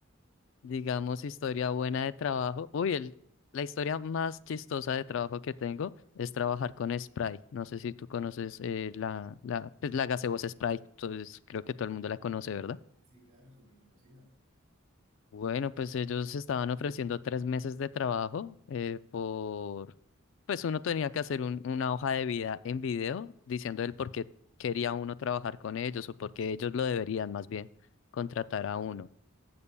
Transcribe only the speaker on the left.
digamos historia buena de trabajo. Uy, el, la historia más chistosa de trabajo que tengo es trabajar con Sprite. No sé si tú conoces eh, la, la, pues, la gaseosa Sprite, entonces creo que todo el mundo la conoce, ¿verdad?
Bueno, pues ellos estaban ofreciendo tres meses de trabajo eh, por, pues uno tenía que hacer un- una hoja de vida en video diciendo el por qué quería uno trabajar con ellos o por qué ellos lo deberían más bien contratar a uno.